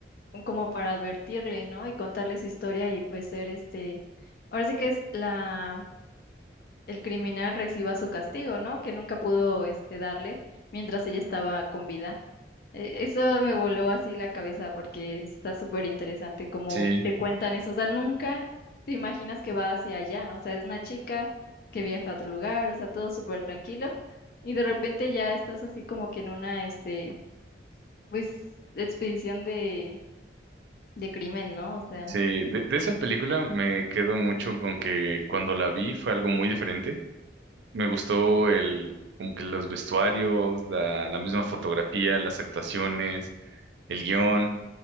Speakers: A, on the left (about 55°); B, on the right (about 80°).
A: como para advertirle, ¿no? Y contarle su historia y pues ser este... Ahora sí que es la el criminal reciba su castigo, ¿no? Que nunca pudo este darle mientras ella estaba con vida. E- Eso me voló así la cabeza porque está súper interesante cómo
B: Sí,
A: te cuentan eso. O sea, nunca te imaginas que va hacia allá. O sea, es una chica que viaja a otro lugar, o sea, todo súper tranquilo. Y de repente ya estás así como que en una, este, pues, expedición de, de crimen, ¿no? O sea,
B: sí. De, de esa película me quedo mucho con que cuando la vi fue algo muy diferente. Me gustó el, como que los vestuarios, la, la misma fotografía, las actuaciones, el guión.